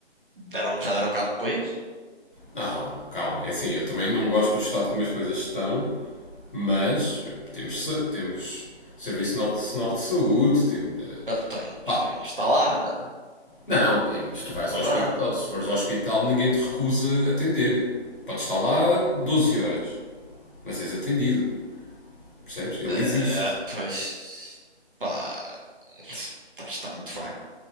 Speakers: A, on the right; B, on the left.
A: deram, já deram cabo depois?
B: Não, calma. É assim, eu também não gosto do estado como as coisas estão. Mas temos, temos Serviço Nacional de Saúde, tem- eh,
A: Ah, tens,
B: pá,
A: tens, está lá,
B: não, se tu vais
A: está
B: ao hospital,
A: lá.
B: se fores ao hospital, ninguém te recusa atender. Podes estar lá 12 horas, mas és atendido, percebes? Ele
A: Eh,
B: existe.
A: Ah, pois, pá, <laughs> está muito fraco.